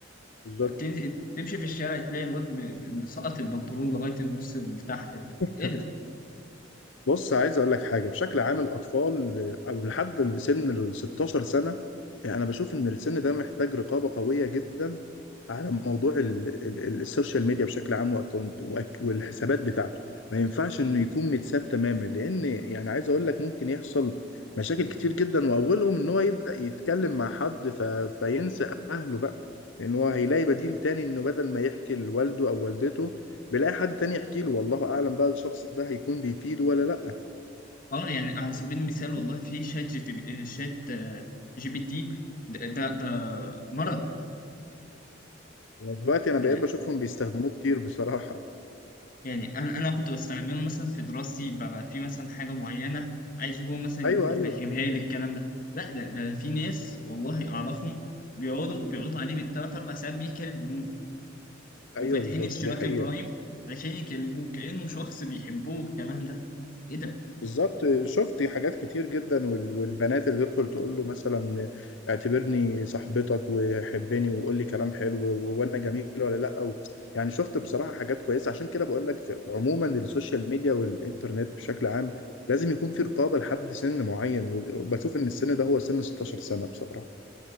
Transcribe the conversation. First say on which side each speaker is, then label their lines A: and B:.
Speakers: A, on the left; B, on the left.
A: بالظبط
B: تن- تمشي في الشارع تلاقي الواد م- م- مسقط البنطلون لغايه النص اللي تحت يعني
A: <laughs>
B: ايه ده
A: بص عايز اقول لك حاجه بشكل عام الاطفال او لحد سن ال 16 سنه يعني انا بشوف ان السن ده محتاج رقابه قويه جدا على موضوع ال- ال- ال- السوشيال ميديا بشكل عام واكونت وأك- والحسابات بتاعته ما ينفعش انه يكون متساب تماما لان يعني عايز اقول لك ممكن يحصل مشاكل كتير جدا واولهم ان هو يبدا يتكلم مع حد ف... فينسى اهله بقى لان هو هيلاقي بديل تاني انه بدل ما يحكي لوالده او والدته بيلاقي حد تاني يحكي له والله اعلم بقى الشخص ده هيكون بيفيده ولا لا
B: اه يعني على سبيل المثال والله في شات جي تي بي- آه، شات آه، جي بي تي ده ده, ده مرض
A: دلوقتي انا بقيت
B: ده
A: بشوفهم بيستخدموه كتير بصراحة
B: يعني انا انا كنت بستعمله مثلا في دراستي ببقى في مثلا حاجه معينه عايز هو مثلا
A: ايوه
B: يفهمها
A: ايوه
B: لي الكلام ده لا ده, ده في ناس والله اعرفهم بيقعدوا بيقعدوا عليه بالثلاث اربع ساعات بيكلموه وفاتحين
A: ايوه بالظبط
B: اشتراك
A: دي حقيقة
B: البرايم عشان يكلموه كانه شخص بيحبوه الكلام ده ايه ده
A: بالظبط شفت حاجات كتير جدا وال- والبنات اللي تدخل تقول له مثلا اعتبرني صاحبتك وحبني وقول لي كلام حلو و- وانا جميل ولا لا أو يعني شفت بصراحة حاجات كويسة عشان كده بقول لك في- عموما السوشيال ميديا والانترنت بشكل عام لازم يكون في رقابة لحد سن معين وبشوف ان السن ده هو سن 16 سنة بصراحة